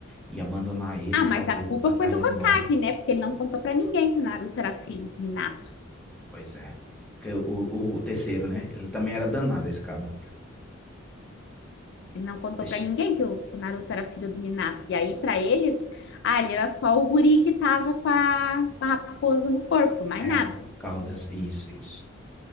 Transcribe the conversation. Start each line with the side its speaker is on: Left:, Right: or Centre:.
Centre: e abandonar ele,
Left: Ah,
Centre: fazer,
Left: mas a culpa
Centre: tratar
Left: foi do
Centre: ele
Left: Hokage,
Centre: mal.
Left: né? Porque ele não contou pra ninguém que o Naruto era filho do Minato.
Centre: Pois é. Porque O, o terceiro, né? Ele também era danado, esse caba.
Left: Ele não contou
Centre: Deixa.
Left: pra ninguém que o, que o Naruto era filho do Minato. E aí, pra eles, ah, ele era só o guri que tava com a, com a raposa no corpo, mais
Centre: É,
Left: nada.
Centre: Caldas, isso, isso.